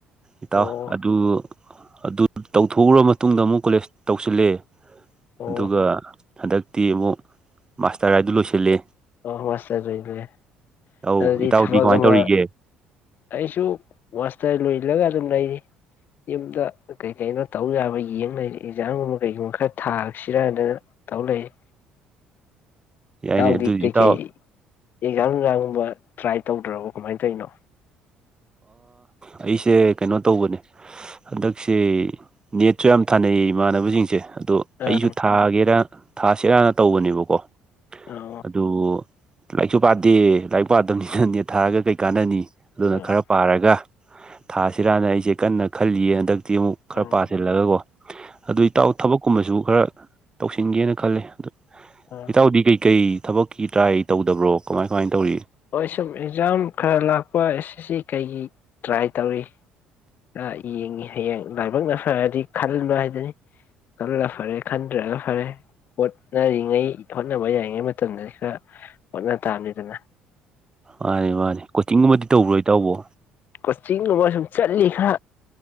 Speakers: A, on the right; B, on the left.
A: ꯏꯇꯥꯎ
B: ꯑꯣ
A: ꯑꯗꯨ ꯑꯗꯨ ꯇꯧꯊꯣꯛꯎꯔ ꯃꯇꯨꯡꯗ ꯑꯃꯨꯛ ꯀꯣꯂꯦꯖ ꯇꯧꯁꯤꯜꯂꯑꯦ
B: ꯑꯣ
A: ꯑꯗꯨꯒ ꯍꯟꯗꯛꯇꯤ ꯑꯃꯨꯛ ꯃꯥꯁꯇꯔ ꯍꯥꯏꯗꯨ ꯂꯣꯏꯁꯤꯜꯂꯤ
B: ꯑꯣ ꯃꯁꯦ <unintelligible>
A: ꯑꯧ
B: ꯑꯗꯨꯗꯤ
A: ꯏꯇꯥꯎꯗꯤ
B: ꯊꯕꯛ
A: ꯀꯃꯥꯏꯅ
B: ꯑꯃ
A: ꯇꯧꯔꯤꯒꯦ
B: ꯑꯩꯁꯨ ꯋꯥꯁꯇ ꯂꯣꯏ ꯁꯤꯜꯂꯒ ꯑꯗꯨꯝ ꯂꯩꯔꯤ ꯌꯨꯝꯗ ꯀꯩ ꯀꯩꯅꯣ ꯇꯧ ꯌꯥꯕ ꯌꯦꯡ ꯂꯩꯔꯤ ꯑꯦꯛꯖꯥꯝꯒꯨꯝꯕ ꯀꯩꯒꯨꯝꯕ ꯈꯔ ꯊꯥꯔꯁꯤꯔꯥꯗꯅ ꯇꯧ ꯂꯩꯔꯤ
A: ꯌꯥꯏꯅꯦ
B: ꯏꯇꯥꯎꯗ
A: ꯑꯗꯨ
B: ꯀꯩ
A: ꯏꯇꯥꯎ
B: ꯀꯩ ꯇꯖꯥꯝ ꯅꯨꯛꯖꯥꯝ ꯒꯨꯝꯕ ꯇ꯭ꯔꯥꯏ ꯇꯧꯗ꯭ꯔꯕ ꯀꯃꯥꯏꯅ ꯇꯧꯔꯤꯅꯣ
A: ꯑꯩꯁꯦ ꯀꯩꯅꯣ ꯇꯧꯕꯅꯦ ꯍꯟꯗꯛꯁꯦ ꯅꯦꯠꯁꯨ ꯌꯥꯝ ꯊꯥꯅꯩꯌꯦ ꯏꯃꯥꯟꯅꯕꯁꯤꯡꯁꯦ ꯑꯗꯣ ꯑꯩꯁꯨ
B: ꯑꯥ
A: ꯊꯥꯒꯦꯔꯥ ꯊꯥꯁꯦ ꯔꯥ ꯇ꯭ꯕꯅꯦꯕꯥ ꯀꯣ꯫
B: ꯑꯣ
A: ꯑꯗꯨ ꯂꯥꯏꯔꯤꯛꯁꯨ ꯄꯥꯗꯦ ꯂꯥꯏꯔꯤꯛ ꯄꯥꯗꯕꯅꯤꯅꯅꯦ ꯊꯥꯔꯒ ꯀꯩ ꯀꯥꯟꯅꯅꯤ ꯑꯗꯨꯗꯥ
B: ꯑꯥ
A: ꯈ꯭ꯔꯥ ꯄꯔꯥꯒꯥ꯫ ꯊꯥꯁꯤꯔꯥꯅ ꯑꯩꯁꯦ ꯀꯟꯅ ꯈꯜꯂꯤꯌꯦ ꯍꯟꯗꯛ ꯇꯤ ꯑꯃꯨꯛ ꯈꯔ
B: ꯎꯝ
A: ꯄꯥꯁꯤꯜꯂꯒꯀꯣ ꯑꯗꯨ ꯏꯇꯥꯎ
B: ꯑꯥ
A: ꯊꯕꯛꯀꯨꯝꯕꯁꯨ ꯈꯔ ꯇ꯭ꯁꯁꯤꯡ ꯅꯥ ꯈ꯭ꯂꯦ꯫
B: ꯑꯥ
A: ꯏꯇꯥꯑꯣ ꯗꯤ ꯀꯦꯏ ꯀꯦꯏ꯫ ꯊꯕꯛꯀꯤ ꯇ꯭ꯔꯥꯏ ꯇꯧꯗꯕ꯭ꯔꯣ ꯀꯃꯥꯏ ꯀꯃꯥꯏꯅ ꯇꯧꯔꯤ
B: ꯍ ꯁꯨꯝ ꯑꯦꯛꯖꯥꯝ ꯈꯔ ꯂꯥꯛꯄ ꯑꯦꯁ ꯑꯦꯁ ꯁꯤ ꯀꯩꯒꯤ ꯇ꯭ꯔꯥꯏ ꯇꯧꯔꯤ ꯈꯔ ꯌꯦꯡꯉꯤ ꯍꯌꯦꯡ ꯂꯥꯏꯕꯛꯅ ꯐꯔꯗꯤ ꯈꯟꯕ ꯍꯥꯏꯗꯨꯅꯤ ꯈꯜꯂ ꯐꯔꯦ ꯈꯟꯗ꯭ꯔꯒ ꯐꯔꯦ ꯍꯣꯠꯅꯔꯤꯉꯩ ꯍꯣꯠꯅꯕ ꯌꯥꯔꯤꯉꯩ ꯃꯇꯝꯗꯗꯤ ꯈꯔ ꯍꯣꯠꯅ ꯇꯥꯕꯅꯤꯗꯅ
A: ꯃꯥꯅꯤ ꯃꯥꯅꯤ ꯀꯣꯆꯤꯡꯒꯨꯝꯕꯗꯤ ꯇꯧꯕ꯭ꯔꯣꯏ ꯇꯕꯣ
B: ꯀꯣꯆꯤꯡ ꯒꯨꯝꯕꯥ ꯁꯨꯝ ꯆ꯭ꯇꯂꯤ꯫ ꯁꯥ